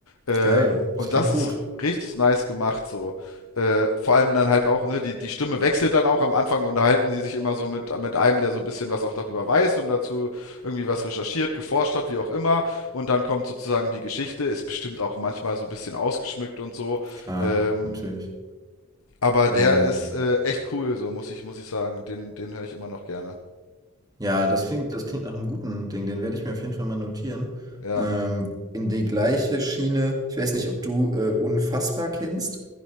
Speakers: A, on the left (about 75°); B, on the right (about 20°).
A: Äh,
B: Geil.
A: und
B: Das klingt
A: das
B: gut.
A: ist richtig nice gemacht so äh, vor allem dann halt auch, ne, die, die Stimme wechselt dann auch. Am Anfang unterhalten sie sich immer so mit, mit einem, der so ein bisschen was auch darüber weiß und dazu irgendwie was recherchiert, geforscht hat, wie auch immer. Und dann kommt sozusagen die Geschichte, ist bestimmt auch manchmal so ein bisschen ausgeschmückt und so.
B: Klar,
A: Ähm,
B: natürlich.
A: aber
B: Ähm,
A: der ist äh, echt cool, so muss ich, muss ich sagen. Den, den höre ich immer noch gerne.
B: ja, das klingt, das klingt nach einem guten Ding. Den werde ich mir auf jeden Fall mal notieren.
A: Ja.
B: Ähm, in die gleiche Schiene. Ich weiß nicht, ob du äh, Unfassbar kennst.